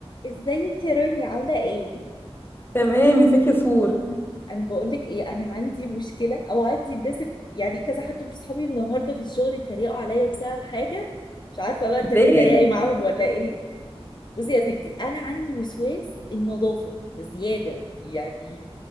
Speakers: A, on the left (about 45°); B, on the left (about 20°).
A: ازيك يا راني عامله ايه
B: تمام مساكي سور
A: انا بقول لك ايه انا عندي مشكله او عندي الناس الت- يعني كذا حد من صحابي النهارده في الشغل اتريقوا عليا بسبب حاجه مش عارفه بقى انت
B: ليه
A: تتريقي معاهم ولا ايه بصي يا ستي انا عندي وسواس النظافه زياده يعني